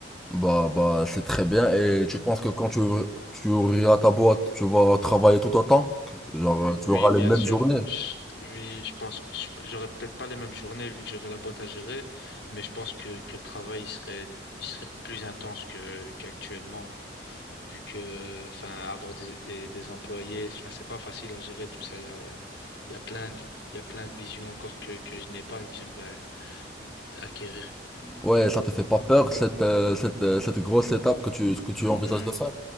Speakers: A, in the centre; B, on the left.
A: Bah bah c'est très bien et tu penses que quand tu ouvri- tu ouvriras ta boîte, tu vas travailler tout autant? Genre
B: Oui,
A: euh, tu auras
B: bien
A: les mêmes
B: sûr.
A: journées?
B: Je- Oui, je pense que je- j'aurais peut-être pas les mêmes journées vu que j'aurais la boîte à gérer, mais je pense que que le travail il serait il serait plus intense que qu'actuellement vu que enfin avoir des des, des employés, enfin, c'est pas facile à gérer tout ça. Il y a il y a, il y a plein de, il y a plein de visions encore que que je n'ai pas et que j'aimerais acquérir.
A: Ouais, ça te fait pas peur cette, euh, cette, euh, cette grosse étape que tu, que tu
B: Mm,
A: envisages
B: mm.
A: de faire?